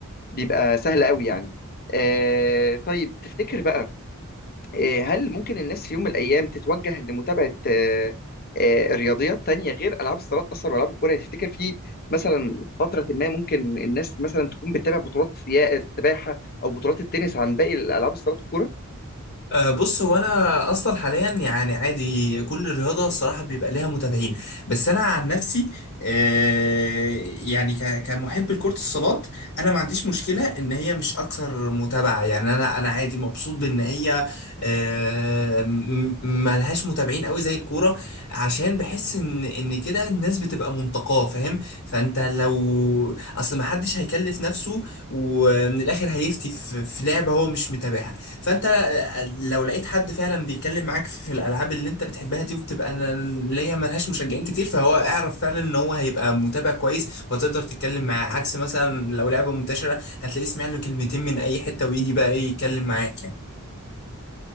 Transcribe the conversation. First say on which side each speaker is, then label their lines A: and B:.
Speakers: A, on the left; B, on the left.
A: بيبقى سهل قوي يعني آه، طيب تفتكر بقى آه، هل ممكن الناس في يوم من الايام تتوجه لمتابعه آه، آه، رياضيات تانية غير العاب الصالات اصلا والعاب الكوره يعني تفتكر في مثلا فتره ما ممكن الناس مثلا تكون بتتابع بطولات سيا- السباحه او بطولات التنس عن باقي الالعاب الصالات والكوره
B: أه، بص هو انا اصلا حاليا يعني عادي كل الرياضه الصراحه بيبقى ليها متابعين بس انا عن نفسي أه، يعني ك- كمحب لكره الصالات انا ما عنديش مشكله ان هي مش اكثر متابعه يعني انا انا عادي مبسوط بان هي أه، م- ملهاش متابعين قوي زي الكوره عشان بحس ان ان كده الناس بتبقى منتقاه فاهم فانت لو اصل ما حدش هيكلف نفسه ومن الاخر هيفتي في في لعبه هو مش متابعها فانت لو لقيت حد فعلا بيتكلم معاك في الالعاب اللي انت بتحبها دي وبتبقى انا ليا ملهاش مشجعين كتير فهو اعرف فعلا ان هو هيبقى متابع كويس وتقدر تتكلم معاه عكس مثلا لو لعبة منتشرة هتلاقيه سمع له كلمتين من اي حتة ويجي بقى ايه يتكلم معاك يعني